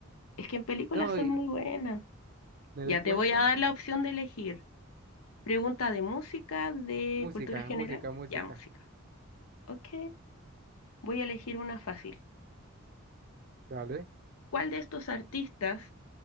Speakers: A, on the left; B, on the right.
A: Es que en películas
B: No,
A: son
B: y
A: muy buenas.
B: me
A: Ya
B: doy cuenta.
A: te voy a dar la opción de elegir. Pregunta de música, de
B: Música,
A: cultura general.
B: música, música.
A: Ya, música. Ok, voy a elegir una fácil.
B: Dale.
A: ¿Cuál de estos artistas